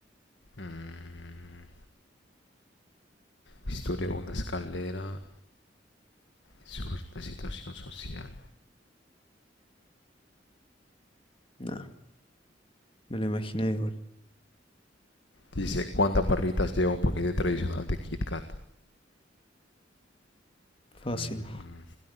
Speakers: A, on the left; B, on the left.
A: Mm, historia de una escalera. Sobre la situación social.
B: Nah, me lo imaginé igual.
A: Dice, ¿cuántas barritas lleva un paquete tradicional de Kit Kat?
B: Fácil.
A: Mm,